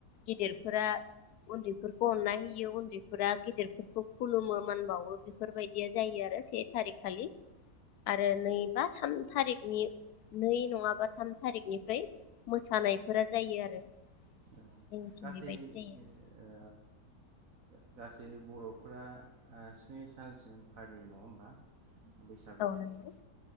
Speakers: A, on the left; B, on the right.
A: गेदिरफोरा उन्दैफोरखौ अननाय होयो उन्दैफोरा गिदिरफोरखौ खुलुमो मान बावो बेफोरबायदिया जायो आर <unintelligible> से थारिख खालि आरो नै बा थाम थारिकनि नै नङाबा थाम थारिखनिफ्राय मोसानायफोरा जायो आरो
B: औ
A: जोंनिथिं
B: गासै
A: बेबायदि जायो
B: ओ आ ओ गास जे बर'फोरा ओ सिनि सानसिम फालियो नङा होमबा? बैसागुखौ
A: औ नंगौ